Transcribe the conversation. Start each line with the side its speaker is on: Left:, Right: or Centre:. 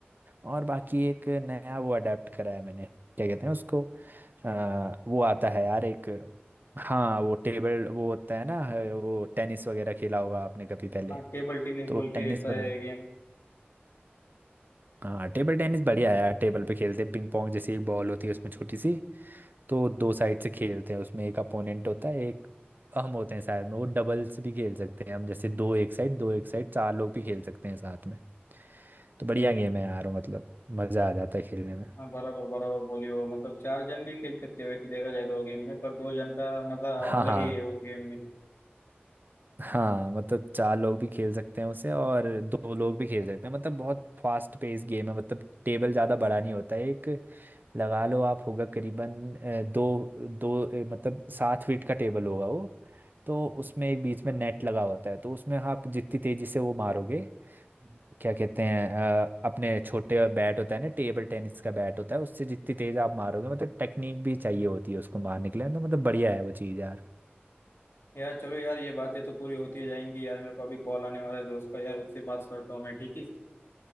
Right: और बाकी एक नया वो अडेप्ट करा है मैंने क्या कहते हैं उसको अ, वो आता है यार एक हाँ वो टेबल वो होता है ना अ, वो टेनिस वगैरह खेला होगा आपने कभी पहले
Left: हाँ टेबल टेनिस
Right: तो
Left: बोल के
Right: टेनिस
Left: रहता
Right: वगैरह
Left: है गेम
Right: हाँ टेबल टेनिस बढ़िया है यार टेबल पे खेलते हैं पिंग पोंग जैसी एक बॉल होती है उसमें छोटी सी तो दो साइड से खेलते हैं उसमें एक अपोनेंट होता है एक हम होते हैं साथ में वो डबल्स भी खेल सकते हैं हम जैसे दो एक साइड दो एक साइड चार लोग भी खेल सकते हैं साथ में तो बढ़िया गेम है यार मतलब मज़ा आ जाता है खेलने में
Left: हाँ बराबर बराबर बोलियो मतलब चार जन भी खेल सकते हो वैसे देखा जाए तो गेम में पर दो जन का मजा
Right: हाँ
Left: अलग
Right: हाँ
Left: ही है उस गेम में
Right: हाँ मतलब चार लोग भी खेल सकते हैं उसे और दो लोग भी खेल सकते हैं मतलब बहुत फास्ट पेस गेम है मतलब टेबल ज़्यादा बड़ा नहीं होता है एक लगा लो आप होगा करीबन अ, दो दो अ, मतलब सात फीट का टेबल होगा वो तो उसमें एक बीच में नेट लगा होता है तो उसमें आप जितनी तेजी से वो मारोगे क्या कहते हैं अ, अपने छोटे बैट होता है ना टेबल टेनिस का बैट होता है उससे जितनी तेज आप मारोगे मतलब टेक्निक भी चाहिए होती है उसको मारने के लिए तो मतलब बढ़िया है वो चीज़ यार
Left: यार चलो यार ये बातें तो पूरी होती जाएंगी यार मेरे को अभी कॉल आने वाला है दोस्त का यार उससे बात करता हूँ मैं ठीक है